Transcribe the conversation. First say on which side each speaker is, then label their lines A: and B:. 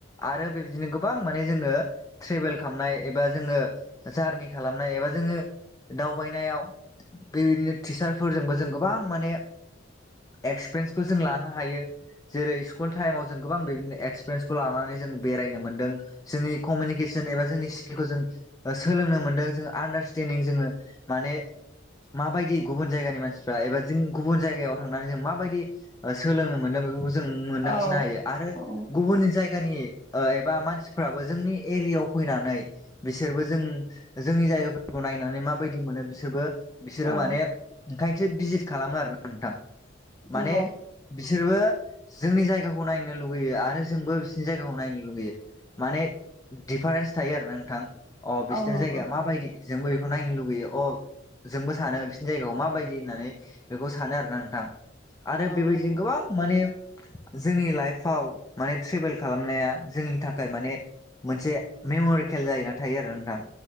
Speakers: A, on the left; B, on the left.
A: आरो बेबायदिनो गोबां माने जोङो ट्रेभेल खालामनाय एबा जोङो जारनि खालामनाय एबा जोङो दावबायनायाव बेबायदिनो टिचारफोरजोंबो जों गोबां माने एक्सपिरियेन्सखौ जों लानो हायो जेरै स्कुल टाइमाव जों गोबां बेदिनो एक्सपिरियेन्सखौ लानानै जों बेरायनो मोनदों जोंनि कमिनिके जेनेबा जोंनि स्किलखौ जों सोलोंनो मोन्दों जों आडारस्टेडिं जोङो माने माबायदि गुबुन जायगानि मानसिफ्रा एबा जों गुबुन जायगायाव थांनानै जों माबायदि सोलोंनो मोनदों बेफोरखौ जों मोनदांथिनो
B: औ
A: हायो आरो
B: औ
A: गुबुननि जाय गानि एबा मानसिफ्राबो जोंनि एरियायाव फैनानै बिसोरबो जों जों जोंनि जायगाफोरखौ नायनानै माबायदि मोनो बिसोरबो बिसोरो
B: औ
A: माने ओंखायनोसो भिजतट खालामो आरो ना नोंथां माने
B: नंगौ
A: बिसोरबो जोंनि जायगाखौ नायनो लुुबैयो आरो जोंबो बिसोरनि जायगाखौ नायनो लुगैयो माने दिडिफारेन्स थायो आरो नोंथां अ बिसनि
B: औ नंगौ
A: जायगाया माबायदि जोंबो बेखौ नायनो लुुबैयो अ जोंबो सानो बिसनि जायगायाव माबायदि होननानै बेखौ सानो आरो ना नोंथां आरो
B: औ
A: बेबायदिनो
B: नंगौ
A: गोबां माने जोंनि लाइफाव माने ट्रेभेल खालामनाया जोंनि थाखाय माने मोनसे मेमरिकेल जायो ना थायो आरो नोंथां